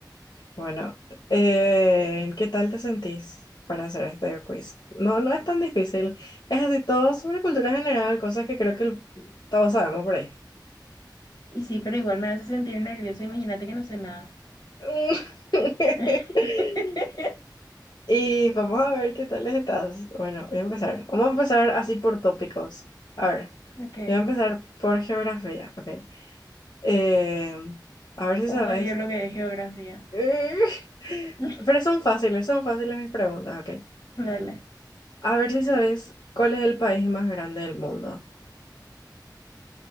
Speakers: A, on the left (about 70°); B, on the left (about 55°).
A: Bueno, eh, ¿qué tal te sentís para hacer este quiz? No, no es tan difícil. Es así, todo sobre cultura general, cosas que creo que el- todos sabemos por ahí.
B: Y sí, pero igual me hace sentir nerviosa. Imagínate que no sé nada.
A: <laughs>
B: <laughs>
A: Y vamos a ver qué tal estás. Bueno, voy a empezar. Vamos a empezar así por tópicos. A ver,
B: Ok.
A: voy a empezar por geografía, ok. Eh, a ver si
B: Odio
A: sabes.
B: lo que es geografía.
A: Eh, <laughs>
B: <laughs>
A: Pero son fáciles, son fáciles mis preguntas, ok.
B: Dale.
A: A ver si sabes cuál es el país más grande del mundo.